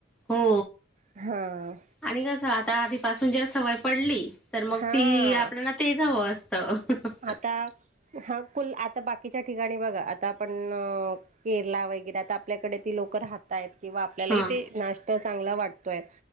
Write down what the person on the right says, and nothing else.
हां
हा
आता, हा कुल, आता बाकीच्या ठिकाणी बघा आता आपणं केरला वगैरे, आता आपल्याकडे ती लोकं राहतायेत किंवा आपल्यालाही
ते नाश्ता चांगला वाटतोय,